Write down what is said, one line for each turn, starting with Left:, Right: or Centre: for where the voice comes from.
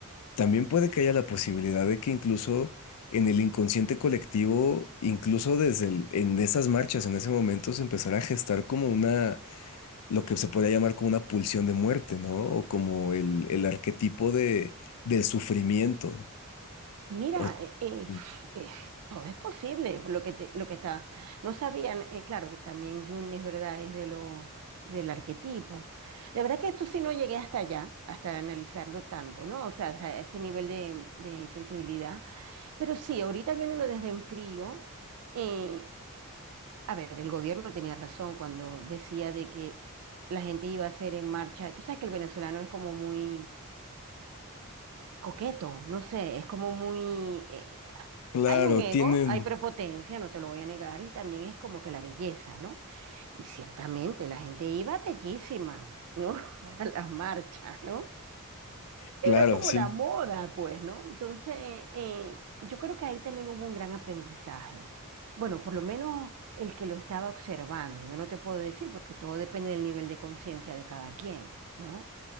Left: también puede que haya la posibilidad de que incluso en el inconsciente colectivo, incluso desde el- en esas marchas, en ese momento, se empezará a gestar como una, lo que se podría llamar como una pulsión de muerte, ¿no? O como el, el arquetipo de, del sufrimiento.
Right: Mira,
Left: O,
Right: eh, eh,
Left: Sí.
Right: pf, eh, todo es posible, lo que, te- lo que está. No sabían, eh, claro que también Jung es verdad, es de lo, del arquetipo. De verdad que esto sí no llegué hasta allá, hasta analizarlo tanto, ¿no? O sea, a ese nivel de, de sensibilidad. Pero sí, ahorita viéndolo desde en frío, eh, a ver, el gobierno tenía razón cuando decía de que la gente iba a hacer en marcha. Tú sabes que el venezolano es como muy coqueto, no sé, es como muy... eh,
Left: claro,
Right: hay un ego,
Left: tienen,
Right: hay prepotencia, no te lo voy a negar, y también es como que la belleza, ¿no? Y ciertamente la gente iba bellísima, ¿no? <laughs> A Claro. las marchas, ¿no?
Left: claro,
Right: Era como
Left: sí,
Right: la moda, pues, ¿no? Entonces, eh, yo creo que ahí también hubo un gran aprendizaje. Bueno, por lo menos el que lo estaba observando, yo no te puedo decir porque todo depende del nivel de conciencia de cada quien, ¿no?